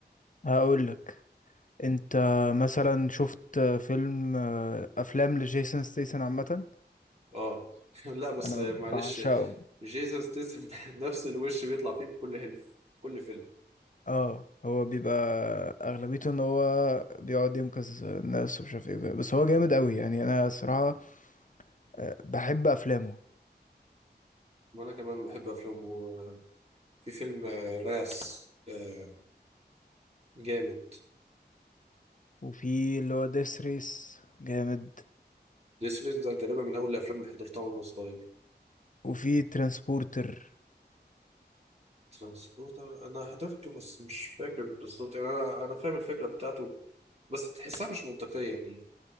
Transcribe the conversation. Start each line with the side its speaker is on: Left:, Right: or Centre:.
Left: هقول لك انت مثلا شفت فيلم آه، افلام لجيسون ستيسن عامه
Right: اه <laughs> لا بس
Left: انا
Right: معلش
Left: بعشقه
Right: جيسوس ستيسم <laughs> نفس الوش بيطلع فيه في كل هلف كل فيلم
Left: اه هو بيبقى اغلبيته ان هو بيقعد ينقذ الناس ومش عارف ايه وكده. بس هو جامد قوي يعني انا صراحة آه، بحب افلامه
Right: وانا كمان بحب افلامه وفي فيلم آه، راس آه، جامد
Left: وفي اللي هو ديس ريس جامد
Right: جيسوس ده تقريبا من اول الافلام اللي حضرتها وانا صغير
Left: وفي ترانسبورتر
Right: ترانسبورتر انا حضرته بس مش فاكر بالظبط يعني انا انا فاهم الفكره بتاعته بس تحسها مش منطقيه يعني